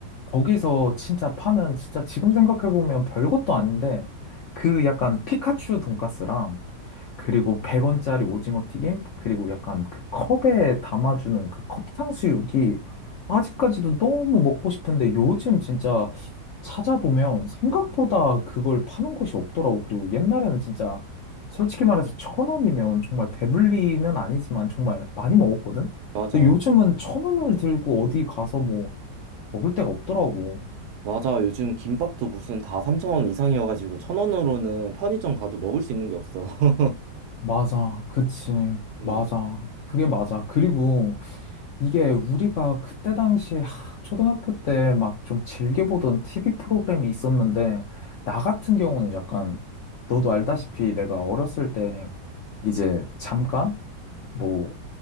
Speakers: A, on the left; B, on the right.
A: 거기서 진짜 파는 진짜 지금 생각해보면 별것도 아닌데 그 약간 피카츄 돈까스랑 그리고 100원짜리 오징어 튀김, 그리고 약간 그 컵에 담아주는 그 컵탕수육이 아직까지도 너무 먹고 싶은데 요즘 진짜 찾아보면 생각보다 그걸 파는 곳이 없더라고. 그리고 옛날에는 진짜 솔직히 말해서 천 원이면 정말 배불리는 아니지만 정말 많이 먹었거든?
B: 맞아.
A: 근데 요즘은 천 원을 들고 어디 가서 뭐 먹을 데가 없더라고.
B: 맞아. 요즘 김밥도 무슨 다 3,000원 이상이어가지고 1,000원으로는 편의점 가도 먹을 수 있는 게 없어. <laughs>
A: 맞아. 그치.
B: 음,
A: 맞아. 그게 맞아. 그리고 이게 우리가 그때 당시에 하, 초등학교 때 막 좀 즐겨보던 TV 프로그램이 있었는데, 나 같은 경우는 약간, 너도 알다시피 내가 어렸을 때 이제 잠깐, 뭐,